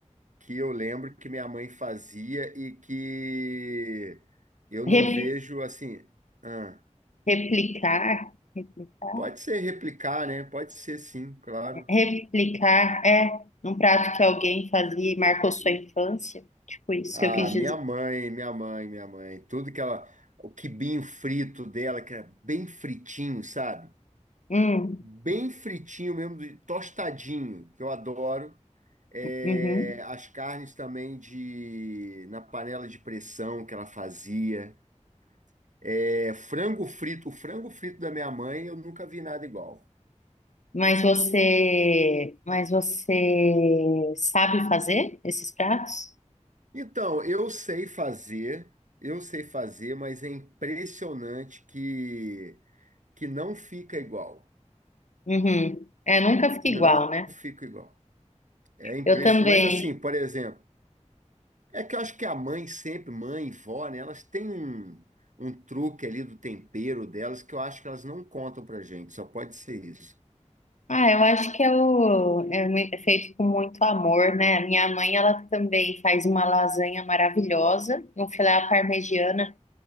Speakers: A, on the right; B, on the left.
A: que eu lembro que minha mãe fazia e que eu
B: Re-
A: não vejo assim. ah,
B: replicar, replicar,
A: pode ser replicar, né? Pode ser sim, claro.
B: replicar é um prato que alguém fazia e marcou sua infância. Tipo isso
A: Ah,
B: que eu quis dizer.
A: minha mãe, minha mãe, minha mãe, tudo que ela, o quibinho frito dela, que era bem fritinho, sabe?
B: Hum,
A: Bem fritinho mesmo, de- tostadinho, que eu adoro. É,
B: uhum.
A: as carnes também de na panela de pressão que ela fazia. É, frango frito, o frango frito da minha mãe, eu nunca vi nada igual.
B: Mas você, mas você sabe fazer esses pratos?
A: Então, eu sei fazer, eu sei fazer, mas é impressionante que que não fica igual.
B: Uhum. É, nunca fica
A: Não
B: igual, né?
A: fica igual. É impressionante.
B: Eu também.
A: Mas assim, por exemplo, é que eu acho que a mãe sempre, mãe e vó, né, elas têm um, um truque ali do tempero delas que eu acho que elas não contam pra gente, só pode ser isso.
B: Ah, eu acho que é, o, é, mui- é feito com muito amor, né? A Minha mãe, ela também faz uma lasanha maravilhosa, um filé à parmegiana